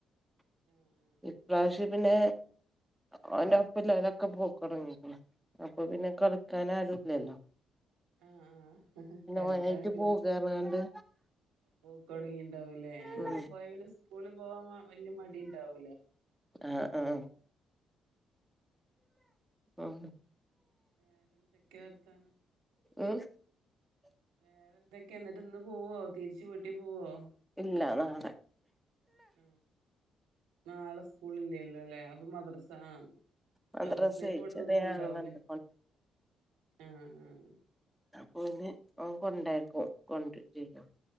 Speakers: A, on the right; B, in the centre.
A: ആ ആ
B: ഇപ്രാവശ്യം പ്പിന്നെ അവന്റെപ്പല്ലോ ഓരൊക്കെ പോക്ക് തൊടങ്ങീക്കണ് അപ്പപ്പിന്നെ കളിക്കാനാരൂല്ലല്ലോ
A: ആ ആ ഹ് ഹ് കളിക്കാലാകും
B: ഓനായിട്ട് പോകാർഞ്ഞാണ്ട്
A: പോക്കൊടങ്ങീണ്ടാവൂല്ലേ അങ്ങനെ
B: ഉം
A: പോയാ പിന്നെ സ് സ്കൂളി പോവാൻ വ വല്യ മടിണ്ടാവൂല
B: ആഹ് ആം പ്പ ഉം
A: വേറെന്തൊക്കെയാ വർത്താനം
B: ഊഫ്
A: വേറെന്തെക്കെയാ ന്നിട്ട് ഇന്ന് പോവോ തിരിച്ച് വീട്ടി പോവോ
B: ഇല്ലാ നാളെ
A: ആ നാളെ സ്കൂളില്ലല്ലോല്ലേ അപ്പ മദ്രസ ആഹ്
B: മദ്രസേ
A: മദ്രസക്കിവിടുന്ന്
B: ചെറിയ
A: പോവുണ്ടാവൂലേ
B: ആങ്ങളണ്ട്
A: അ ആ
B: പോന്ന് അവൻ കൊണ്ടാക്കും കൊണ്ടരേം ചെയ്യും